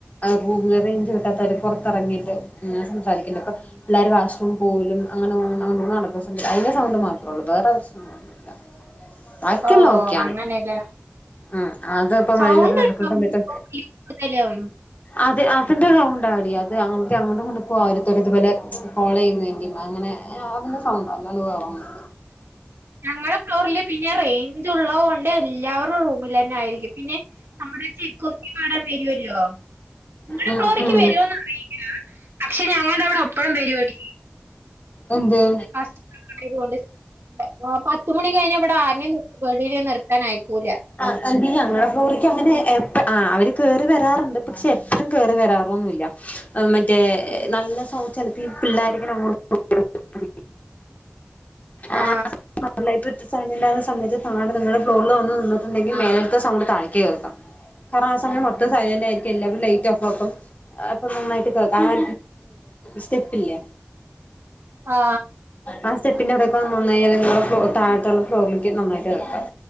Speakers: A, on the left; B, on the right.
A: റൂമിൽ റേഞ്ച് കിട്ടാത്തവര് പുറത്തിറങ്ങിട്ട് സംസാരിക്കണ്ട ഇപ്പം പിള്ളെര് വാഷ്റൂം പോവലും അങ്ങനെ നടക്കുന്ന അതിന്റെ സൗണ്ട് മാത്രം അ വേറെ പ്രശ്നൊന്നുല ബാക്കിയല്ലാം
B: ഓ
A: ഓക്കെയാണ്.
B: അങ്ങനെയല്ലേ
A: ഉം അത ഇപ്പോ
B: സൗണ്ട്
A: വെളിയിലൊക്കെ നടക്കുന്ന
B: ഉണ്ടോ
A: സമയത്ത്
B: കൂടുതലും
A: അതെ അതിന്റെ സൗണ്ട അവിടി അത് അത് അതിന്റെ സൗണ്ടാടി അത് അങ്ങോട്ടും ഇങ്ങോട്ടും പോവരും അവരിതുപോലെ കൊളെയ്നെന്റേം അങ്ങനെ അതിന്റെ സൗണ്ട അല്ലാണ്ട്‌ വേറൊന്നുല.
B: ഞങ്ങളുടെ ഫ്ലോറില് പിന്നെ റേഞ്ച് ഉള്ളത് കൊണ്ട് എല്ലാവരും റൂമിലനായിരിക്കും പിന്നെ നമ്മുടെ ചെക്കുർത്തി പാടാൻ വരുവല്ലോ. നിങ്ങുടെ
A: ഉം
B: ഫ്ലോറിക്ക്
A: ഉം
B: വരുമന്ന് അറിയില്ല പക്ഷെ ഞങ്ങളുടെ അവിടെ എപ്പഴും വെരുവെടി.
A: എന്തെ.
B: ആതൊണ്ട് പത്തുമണി കഴിഞ്ഞലിവിടെ ആനെയവിടെ നിർത്താനയക്കൂല്ല.
A: ആ ഇ ഞങ്ങളെ ഫ്ലോറിക്ക് അങ്ങനെ എപ്പ ആ അവര് കേറി വരാറുണ്ട് പക്ഷെ എപ്പോഴും കേറി വരാറൊന്നുല്ല. മറ്റേ
B: ഉം.
A: നല്ല സൗ ചിലപ്പോ ഈ പിള്ളാരിങ്ങനെ. <unintelligible>
B: ആ
A: ആഹ് അല്ല ഇപ്പ സൗണ്ട് ഉണ്ടാരുന്ന സമയത്ത് താഴെ നിങ്ങള് ഫ്ലോറിൽ വന്ന് നിന്നിട്ടണ്ടെങ്കിൽ മേലെത്തെ സൗണ്ട് താഴേക്ക് കേൾക്കാം കാരണം ആ സമയം മൊത്തം സൈലന്റായിരിക്കും എല്ലാവരും ലൈറ്റ് ഓഫ് ആക്കും. അപ്പൊ നന്നായിട്ട് കേൾക്കാം ആ സ്റ്റെപ്പില്ലേ.
B: ആ
A: ആ സെപ്പിന്റെവിടെയൊക്കെ വന്നോന്നഞ്ഞാല് ഫ താഴത്തുള്ള ഫ്ലോറിലേക്ക് നന്നായിട്ട് വക്കാം